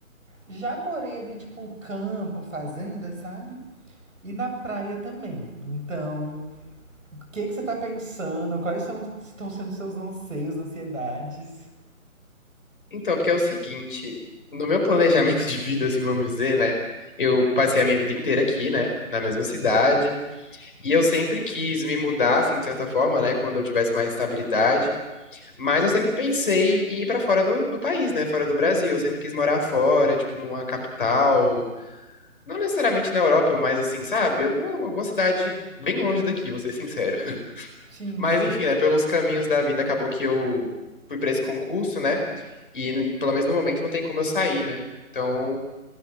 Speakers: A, on the right; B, on the left.
A: Já morei ali, tipo, campo, fazenda, sabe? E na praia também. Então, o que que você tá pensando? Quais são, estão sendo seus anseios, ansiedades?
B: Então, porque é o seguinte, no meu planejamento de vida, assim, vamos dizer, né? Eu passei a minha vida inteira aqui, né? Na mesma cidade. E eu sempre quis me mudar, assim, de certa forma, né? Quando eu tivesse mais estabilidade. Mas eu sempre pensei em ir pra fora do, do país, né? Fora do Brasil. Eu sempre quis morar fora, tipo, numa capital. Não necessariamente na Europa, mas assim, sabe? Alguma, alguma cidade bem longe daqui, vou ser sincero. <laughs>
A: Sim,
B: Mas
A: sim,
B: enfim, né? Pelos caminhos da vida, acabou que eu fui pra esse concurso, né? E n- pelo menos no momento não tem como eu sair, né? Então,